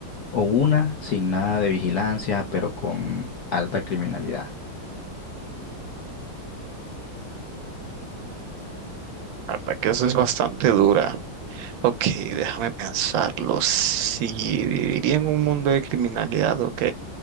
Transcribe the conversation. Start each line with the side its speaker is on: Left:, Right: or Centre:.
Left: o una sin nada de vigilancia, pero con alta criminalidad?
Right: La verdad que eso es bastante dura. Ok, déjame pensarlo. Si viviría en un mundo de criminalidad, ok,